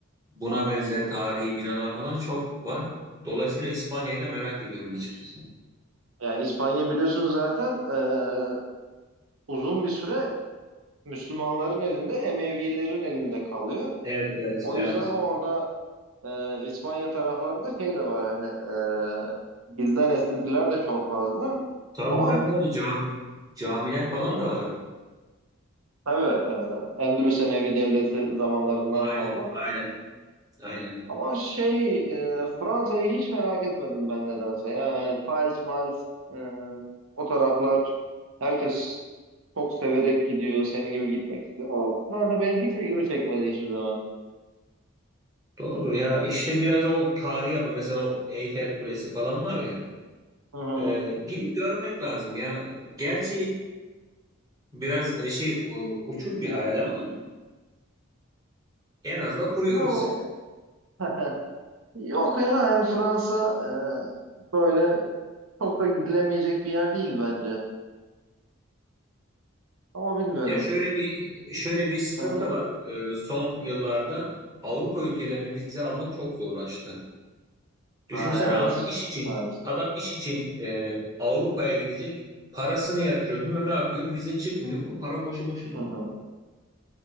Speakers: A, on the right; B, on the right.
A: buna benzer tarihi binalar falan çok var. Dolayısıyla İspanya'yı da merak ediyorum açıkçası.
B: Yani İspanya biliyorsunuz zaten eee, uzun bir süre Müslümanların elinde, Emevilerin elinde kalıyor.
A: Evet, evet,
B: O
A: evet.
B: yüzden orada e, İspanya taraflarında şey de var hani e, bizden esintiler de çok fazla.
A: Tabii
B: Ama
A: tabii tabii cam, camiler falan
B: hı hı,
A: da var.
B: tabii e, Endülüs Emevi Devleti zamanlarından
A: Aynen,
B: kalma.
A: aynen, aynen.
B: Ama şey e, Fransa'yı hiç merak etmedim ben nedense. Yani Paris, Maris e, o taraflar herkes çok severek gidiyor. Senin gibi gitmek istiyor. O Fransa benim hiç ilgimi çekmedi hiçbir zaman.
A: Doğrudur ya işte biraz o tarihi yapı mesela o Eyfel Kulesi falan var ya.
B: Hı hı.
A: E, gidip görmek lazım ya. Gerçi biraz e, şey e, uçuk bir hayal ama En az da kuruyoruz.
B: Yok. <laughs> Yok ya hani Fransa e, böyle Çok da gidilemeyecek bir yer değil bence. Ama bilmiyorum.
A: Ya şöyle bir şöyle bir sıkıntı
B: Hı hı.
A: var. Ee, son yıllarda Avrupa ülkelerine vize almak çok zorlaştı.
B: Ha,
A: Düşünsene
B: evet.
A: adam iş için
B: Evet.
A: adam iş için e, Avrupa'ya gidecek. Parasını yatırıyor, bilmem ne yapıyor, vize çıkmıyor. O para boşu boşuna gidiyor.
B: Hı hı.